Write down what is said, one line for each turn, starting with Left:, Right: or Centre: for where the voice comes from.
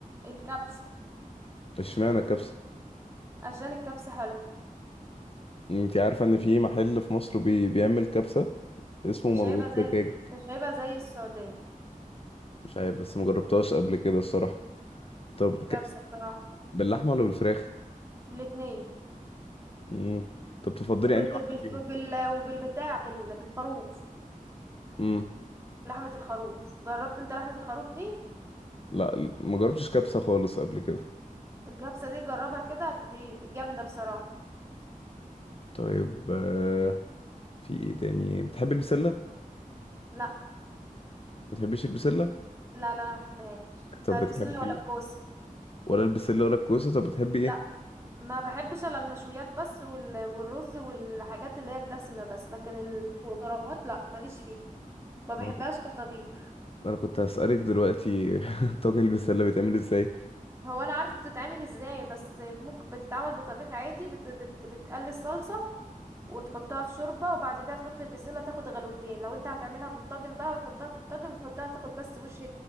Right: الكبسة
Left: اشمعنى الكبسة؟
Right: عشان الكبسة حلو
Left: أنتي عارفة إن في محل في مصر بي... بيعمل كبسة اسمه
Right: مش
Left: مضغوط
Right: هيبقى زي
Left: دجاج
Right: مش هيبقى زي السعودية
Left: مش عارف بس مجربتهاش قبل كده الصراحة طب
Right: الكبسة
Left: كبسة
Right: بصراحة
Left: باللحمة ولا بالفراخ؟
Right: الاتنين
Left: امم طب تفضلي
Right: وبال...
Left: انهي واحده
Right: بال...
Left: فيهم
Right: بال... وبالبتاع بال... بالخروف
Left: امم
Right: لحمة الخروف جربت انت لحمة الخروف دي
Left: لا ما جربتش كبسه خالص قبل كده
Right: الكبسة دي جربها كده دي دي جامدة بصراحة
Left: طيب آه، في ايه تاني بتحبي البسله ما
Right: لا
Left: بتحبيش البسله
Right: لا لا انا ما بحبهاش
Left: طب
Right: لا البسلة
Left: بتحبي
Right: ولا الكوسة
Left: ولا البسله ولا الكوسه طب بتحبي ايه
Right: لا ما بحبش الا المشويات بس وال... والرز والحاجات اللي هي الدسمة بس لكن الخضروات لا ماليش فيها ما بحبهاش
Left: انا كنت
Right: كطبيخ
Left: أنا كنت هسألك دلوقتي <laughs> طاجن البسله بيتعمل ازاي
Right: هو انا عارفه بتتعمل ازاي بس ممكن بتتعمل بطبيخ عادي بت بت بتقلي الصلصه وتحطها في شوربه وبعد كده تحط البسله تاخد غلوتين لو انت هتعملها في الطاجن بقى وتحطها في الطاجن وتحطها تاخد بس وش